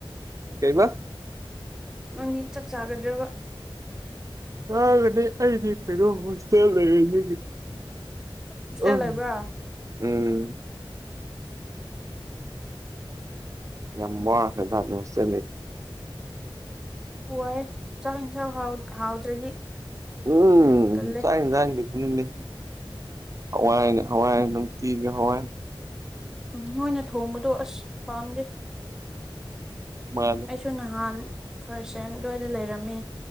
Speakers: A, on the right (about 35°); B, in the centre.
A: ꯀꯩꯃꯁ
B: ꯅꯪꯗꯤ ꯆꯥꯛ ꯆꯥꯒꯗ꯭ꯔꯕ
A: ꯑꯒ ꯑꯗꯤ ꯈꯩꯅꯁꯀꯜ ꯂꯩ
B: ꯍꯣꯁꯇꯦꯜ
A: ꯑ
B: ꯂꯩꯕ꯭ꯔꯥ
A: ꯎꯝ ꯌꯥꯝ ꯃꯣꯔꯈꯦꯁꯦ
B: ꯋꯥꯏ ꯆꯥꯛ ꯌꯦꯟꯁꯥꯡ ꯍꯥꯎꯗ꯭ꯔꯗꯤ
A: ꯎꯝ
B: ꯇꯜꯂꯦ
A: ꯆꯅ ꯆꯅꯤ ꯍꯋꯥꯏꯅꯦ ꯍꯋꯥꯏ ꯅꯨꯡꯇꯤꯒ ꯍꯋꯥꯏ
B: ꯎꯝ ꯅꯣꯏꯅ ꯊꯣꯡꯕꯗꯣ ꯑꯁ ꯄꯥꯝꯗꯦ
A: ꯎ ꯃꯥ
B: ꯑꯩ ꯁꯁꯨ ꯅꯍꯥꯟ ꯐꯥꯔꯁ ꯑꯥꯏꯦꯝ ꯑꯗꯨ꯭ꯋꯥꯏꯗ ꯂꯩꯔꯝꯃꯤ